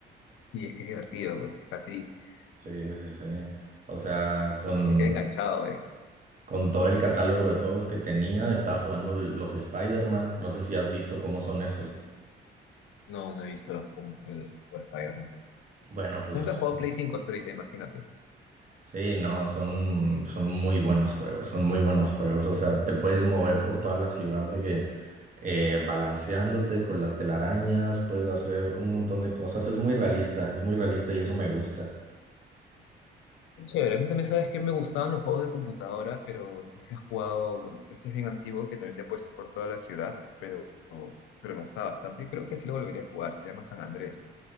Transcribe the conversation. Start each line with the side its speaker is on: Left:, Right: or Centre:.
Left: Sí, es que es divertido, pues es casi,
Right: Sí,
Left: es-
Right: sí, sí. O sea, con,
Left: te queda enganchado, eh.
Right: con todo el catálogo de juegos que tenía, estaba jugando los Spider-Man, no sé si has visto cómo son esos.
Left: No, no he visto los, com- el juego de Spider-Man.
Right: Bueno, pues
Left: Nunca he jugado Play cinco hasta ahorita, imagínate.
Right: Sí, no, son, son muy buenos juegos, son muy buenos juegos. O sea, te puedes mover por toda la ciudad de que eh, balanceándote con las telarañas, puedes hacer un montón de cosas. Es muy realista, es muy realista y eso me gusta.
Left: Qué Chévere, a mí también sabes que me gustaban los juegos de computadora, pero no sé si has jugado, bueno, este es bien antiguo, que también te puedes ir por toda la ciudad, pero, pero me gustaba bastante y creo que sí lo volvería a jugar, se llama San Andrés.